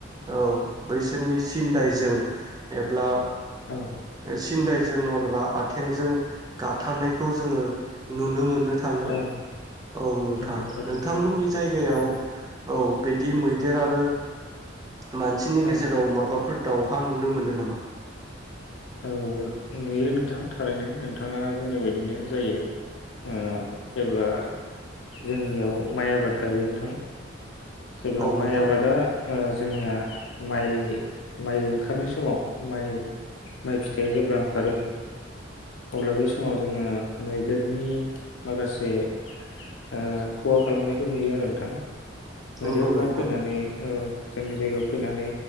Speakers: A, on the right (about 20°); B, on the left (about 75°).
A: औ बैसोरनि सिनन्दायजों एब्ला
B: औ
A: सिन्दाय जों नलबा आथिंजों गाथारनायखौ जोङो नुनो बो मोननो थाङो
B: औ
A: औ नोंथां
B: नंगौ थारैनो
A: नोंथांमोननि जायगायाव
B: औ
A: औ बिदि मैदेर आरो मानसिनि गेजेराव
B: औ
A: माबा फोर दावहा नुनो मोन्दों नामा?
B: औ नुयो नोंथां थारैनो नोंथाङा बुंनाय बायदिनो जायो ओ जेब्ला जोंनियाव माइ आबाद गायो नोंथां। जेब्ला
A: औ नोंथां
B: माइ आबादा ओह जोंनिया माइ माइ ओंखारनाय समाव माइ माइ फिथाइया जेब्ला ओंखारो। अब्ला बे समाव जोङो मैदेरनि माखासे आ खहा खालामनायखौ नुयो आरो नोंथां। मैदेरफोरा
A: नंगौ नोंथां
B: फैनानै ओह जोंनि जायगायाव फैनानै